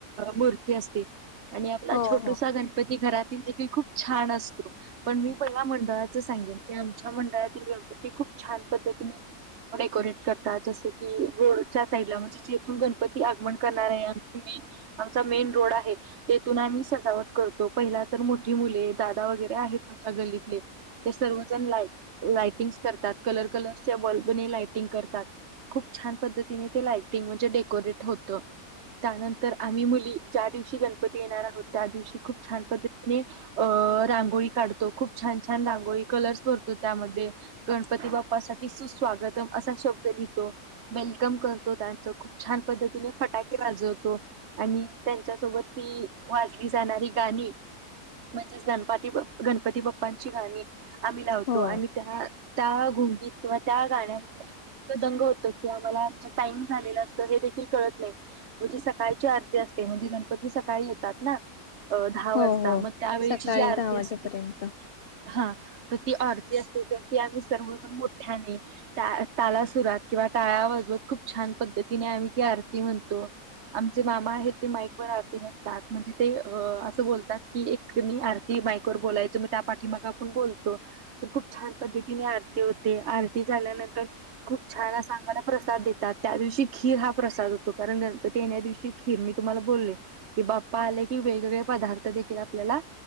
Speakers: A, on the right; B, on the left.
A: मूर्ती असते आणि आपला
B: हो
A: छोटूसा
B: हो
A: गणपती घरातील देखील खूप छान असतो पण मी पण ना मंडळाच सांगेन. की आमच्या मंडळातील गण पती खूप छान पद्धतीने डेकोरेट करतात. जसं की रोडच्या साईडला म्हणजे जेथून गणपती आगमन करणार आहे आणि आमचा मेन रोड आहे तेथून आम्ही सजावट करतो पहिला तर मोठी मुले दादा वगैरे आहेत आमच्या गल्लीतले ते सर्वजण लाई लायटिंग्स करतात कलर कलर्सच्या बल्बने लाइटिंग करतात. खूप छान पद्धतीने ते लाइटिंग म्हणजे डेकोरेट होतं. त्यानंतर आम्ही मुली ज्या दिवशी गणपती येणार आहोत त्या दिवशी खूप छान पद्धती ने रांगोळी काढतो खूप छान छान रांगोळी कलर्स भरतो त्यात, त्यामध्ये गणपती बाप्पा साठी सुस्वागतम असा शब्द लिह तो. वेलकम करतो. त्यांनंतर खूप छान पद्धतीने फटाके वाजवतो आणि त्यांच्या सोबत वाजली जाणारी गाणी म्हणजेच गणपती गणपती बाप्पांची गाणी आम्ही लावतो
B: हो
A: आणि त्या गु किंवा त्या गाण्यात दंग होत की, आम्हाला आमचं टाइम झालेलं असतं हे देखील कळत नाही. म्हणजे सकाळची आरती असते म्हणजे गणपती सकाळी येतात ना अ दहा
B: हो
A: वाजता.
B: हो
A: त्या वेळेची
B: सकाळी
A: जी आरती
B: दहा वाजेपर्यंत
A: असते. हा तर ती आर रती असते तर आम्ही सर्वजण मोठ्याने ताला सुरात किंवा टाळ्या वाजवत खूप छान. पद्धतीने आम्ही ती आरती म्हणतो. आमचे मामा आहेत ते माईक वर आरती म्हणतात म्हणजे ते असं बोलतात. कि एक आरती माईक वर बोलायचं मग त्या पाठी माग आपण बोलतो तर खूप छान पद्धतीने आर ती होते. आरती झाल्यानंतर खूप छान आम्हाला प्रसाद देतात त्या दिवशी खीर हा प्रसाद. चालू होतो. गणपती येण्या दिवशी खीर मी तुम्हाला बोलले की, बाप्पा आले की वेगवेगळे पदार्थ देखी ल आपल्याला